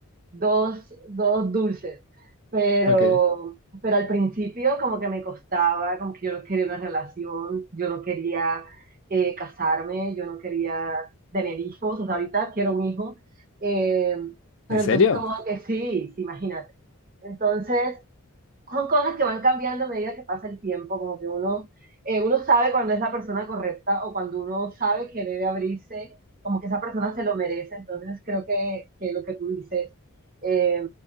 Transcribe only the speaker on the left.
Ok.
¿En
serio?